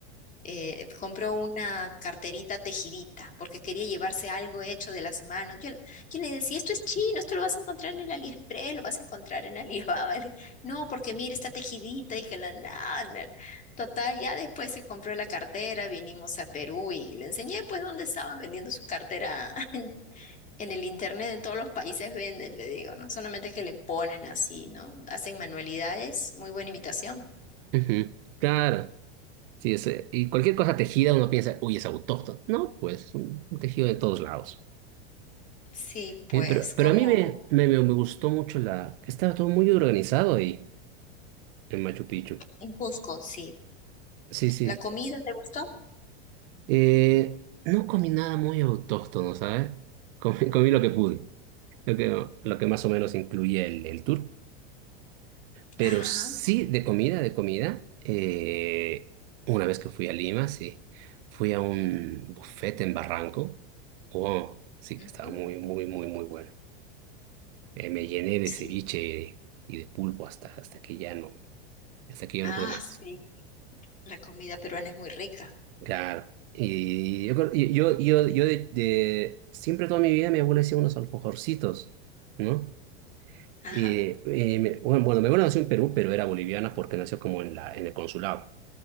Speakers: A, on the left (about 25°); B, on the right (about 60°).
A: eh, compró una carterita tejidita porque quería llevarse algo hecho de las manos. Yo, yo le decía, esto es chino, esto lo vas a encontrar en el AliExpress, lo vas a encontrar en Alibaba. <laughs> Le- No, porque mira, está tejidita y que la nada. Total, ya después se compró la cartera, vinimos a Perú y le enseñé pues dónde estaban vendiendo su cartera <laughs> En el internet, en todos los países venden, le digo, no solamente que le ponen así, ¿no? Hacen manualidades, muy buena imitación.
B: Ujú. Claro. Sí, es, eh, y cualquier cosa tejida uno piensa, uy, es autóctono. No, pues un tejido de todos lados.
A: Sí, pues,
B: Eh, pero,
A: como
B: pero a mí me, me, me me gustó mucho la... Estaba todo muy organizado ahí, en Machu Picchu.
A: en Cusco, sí.
B: Sí, sí.
A: ¿La comida te gustó?
B: Eh, no comí nada muy autóctono, ¿sabes? Comí, comí lo que pude, lo que, lo que más o menos incluye el, el tour. Pero
A: Ajá.
B: sí, de comida, de comida. eh, una vez que fui a Lima, sí. Fui a un buffet en Barranco. Oh, sí
A: ujú,
B: que estaba muy, muy, muy, muy bueno. Eh, me llené de
A: Sí.
B: ceviche y de pulpo hasta, hasta que ya no, hasta que ya
A: Ah,
B: no pude más.
A: sí. La comida peruana es muy rica.
B: Claro. Y yo, creo- yo, yo, yo de, de- siempre toda mi vida mi abuela hacía unos alfajorcitos, ¿no?
A: Ajá.
B: Y, y me- bueno, bueno, mi abuela nació en Perú, pero era boliviana porque nació como en la, en el consulado.